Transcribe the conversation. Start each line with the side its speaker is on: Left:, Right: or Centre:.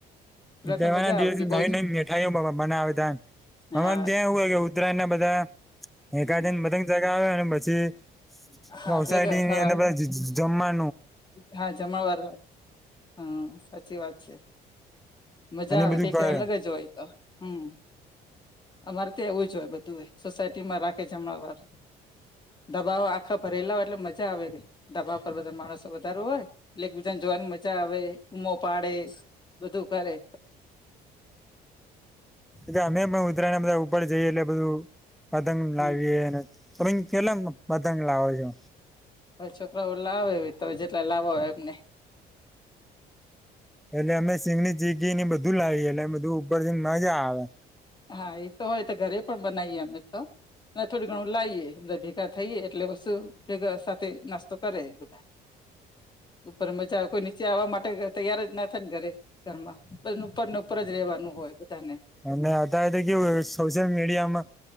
Left: એટલે
Centre: તહેવા
Left: તો મજા
Centre: ના દિવસ
Left: આવતી
Centre: નવી
Left: બહુ જ
Centre: નવી મઠાઈઓ મનાવે તમ
Left: હા
Centre: હ ત્યાં એવું બધા એકા
Left: હમ
Centre: બધ <unintelligible> પછી
Left: હા
Centre: રોસાયટી
Left: ભેગા હા
Centre: ની જમમા.
Left: હા, જમા વાળ હમ સાચી વાત છે. મજા
Centre: અને
Left: આવે
Centre: બધું કરે
Left: ક અલગ જ હોય તો હમ્મ. અમારે ત્યા એવું જ હોય, બધું એ સોસાયટીમાં રાખે જમણાં વાર દબાવ આખા ભરેલા હોય એટલે મજા આવે ગ દબાવ પર બધા માણસ વધાર હોય એટલે બીજાને જોવાની મજા આવે ઉમો પાડે બધું કરે.
Centre: એ અમે ઉદરાયણ અમ જઈએ એટલે બધું પતંગ
Left: હમ
Centre: લાવીએ અને પણ કેટલા બતંગ લાવો છો?
Left: હ છોકરા લાવે તો જેટલા લાવો હોય એમને-
Centre: એટલે અમે સિંગની ચીગી ને બધું લાવીએ એટલે બધું ઉપર જેને નજ આવે.
Left: હા, એ તો હોય તો ઘરે પણ બનાવીએ અમે તો થોડું ઘણું લાવએ બધા ભેગા થઈએ, એટલે બુ ભેગા સાથે નાસ્તો કરે બધા ઉપર મજા આવે કોઈ આવવા માટે તૈયાર જ નથી ન કરે કરમા બલુ ઉપરને ઉપર જ રેવાનું હોય બધાને.
Centre: અને અત્યારે તો કેવું સોશિયલ મીડિયામાં